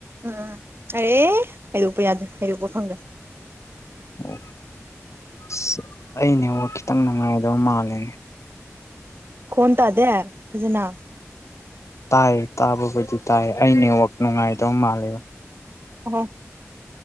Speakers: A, on the right; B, on the left.
A: ꯎꯝ ꯑꯦꯔꯦ ꯍꯩꯔꯣꯛꯄ ꯌꯥꯗꯦ ꯍꯩꯔꯣꯛꯄ ꯐꯪꯗꯦ
B: ꯑꯣ ꯑꯁ ꯑꯩ ꯅꯦꯠꯋꯥꯛ ꯈꯤꯇꯪ ꯅꯨꯡꯉꯥꯏꯗꯕ ꯃꯥꯜꯂꯦ
A: ꯈꯣꯟ ꯇꯥꯗꯦ ꯐꯖꯅ
B: ꯇꯥꯏ ꯇꯥꯕꯕꯨꯗꯤ ꯇꯥꯏ ꯑꯩ ꯅꯦꯋꯥꯛ ꯅꯨꯡꯉꯥꯏꯗ ꯃꯥꯜꯂꯦꯕ
A: ꯑꯣ